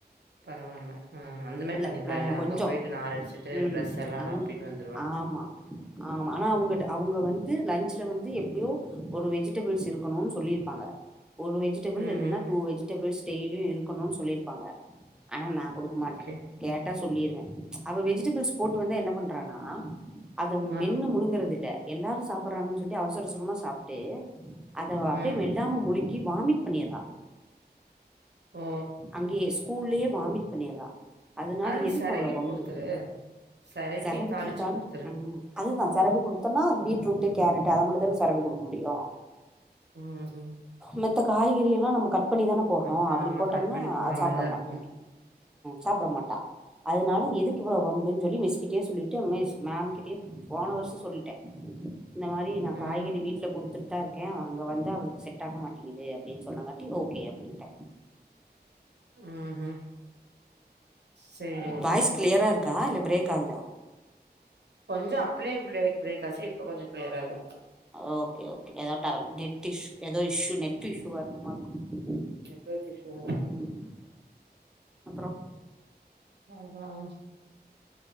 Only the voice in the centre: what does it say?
இல்ல
அ கொஞ்சோ
ம்
அங்
ஆமா ஆமா ஆனா அவங்கட்ட அவங்க வந்து லன்ச்ல வந்து எப் டியு ஒரு வெஜிட் இருக்கணுன்னு சொல்லியிருப்பாங்க ஒரு வெஜிடேபிள்
இல்லன்னா
டூ வெஜடேபிள்ஸ் டெய்லியு இருக்கணும்னு சொல்லியிருப்பாங்க ஆனா நா கொடுக்க மாட்டே
கேட்ட சொல்லிருவே அவா வெஜிடபிள்ஸ் போட்டு வந்து என்ன பண்ணறனா அது
மென்ன முழுங்கறத இல்ல எல்லாரு சாப்பிட்றாங்கன்னு சொல்லி அவசரசரம சாப்ட்டு அத அப்படியே
மெல்லாம முழுங்கி வாமிட் பண்ணிறா
அங்கேயே ஸ்கூல்லயே வாமிட் பண்ணிறா அதனால
எதுக்கு
அவ்ள வம்பு
செரவ்
கொடுத்தாலு
ம் அதுதான செரவி கொடுத்தோன்னா அது பீட்ரூட்டு கேரடட்டு அத மட்டும் தான செரவி கொடுக்க முடியும்
மித்த காய்கறி எல்லா நம்ம கட் பண்ணி தான போடுறோம்
அப்படி
போட்டோம்னா
சாப்பிட
மாட்ட சாப்பிட மாட்ட அதனால எதுக்கு இவ்வளோ வம்பின்னு சொல்லி மிஸ்கிட்டயே சொல்லிட்டு மிஸ் மேம்கிட்டயே போன வருஷு சொல்லிட்ட இந்த மாதிரி நா
காய்கறி வீட்ல குடுத்துட்டு தா அங்க வந்து அவளுக்கு செட் ஆக மாட்டேங்குது சொன்னங்காட்டி ஓகே அ
வாய்ஸ் கிளியரா இருக்க இல்ல பிரேக் ஆகுதா
ஓகே ஓகே ஏதோ டவ் நெட் இஸ் ஏதோ நெட் இஸ்சு வா இருக்குமா இருக்கு
ம் அப்புறம்